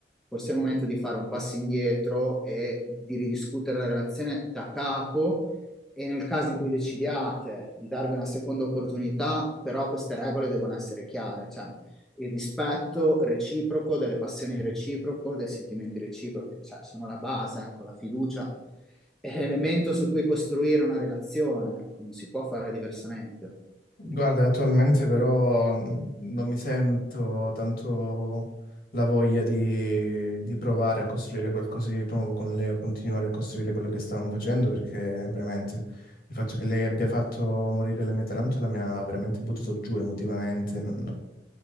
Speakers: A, in the centre; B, on the left.
A: forse è il momento di fare un passo indietro e di ridiscutere la relazione da capo e nel caso in cui decidiate di darvi una seconda opportunità, però queste regole devono essere chiare, cioè il rispetto reciproco, delle passioni reciproche, dei sentimenti reciprochi, cioè sono la base, ecco, la fiducia è l'elemento su cui costruire una relazione, ecco, non si può fare diversamente.
B: Guarda, attualmente però mh, non mi sento tanto la voglia di, di provare a costruire qualcosa di nuovo con lei o continuare a costruire quello che stavamo facendo perché veramente il fatto che lei abbia fatto morire la mia tarantola mi ha veramente buttato giù emotivamente. non,